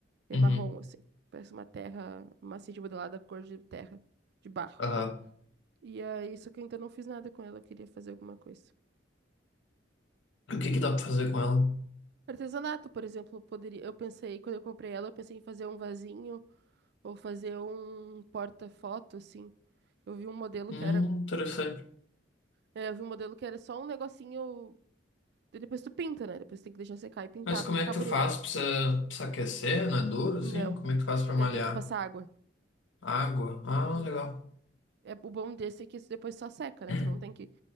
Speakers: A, on the right; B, on the left.
A: É
B: Uhum.
A: marrom, assim. Parece uma terra, uma assim de modelada cor de terra, de barro.
B: Aham.
A: E aí, só que eu ainda não fiz nada com ela, eu queria fazer alguma coisa.
B: E O que que dá pra fazer com ela?
A: Artesanato, por exemplo, poderia. Eu pensei, quando eu comprei ela, eu pensei em fazer um vasinho. Ou fazer um porta-foto, assim. Eu vi um modelo
B: Hum,
A: que era.
B: interessante.
A: é, eu vi um modelo que era só um negocinho. e Depois tu pinta, né? Depois tem que deixar secar e pintar
B: Mas como
A: pra ficar
B: é que
A: bonito.
B: tu faz? Precisa, precisa aquecer, não é duro,
A: Não.
B: assim? Como é que tu faz pra malhar?
A: É, tem que passar água.
B: Água? Ah,
A: Uhum.
B: legal.
A: É, o bom desse é que isso depois só seca, né?
B: <clears throat>
A: Tu não tem que